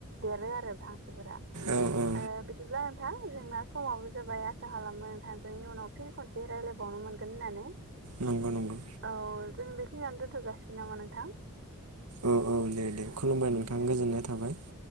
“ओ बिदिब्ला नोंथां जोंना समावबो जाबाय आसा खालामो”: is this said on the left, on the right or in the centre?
Right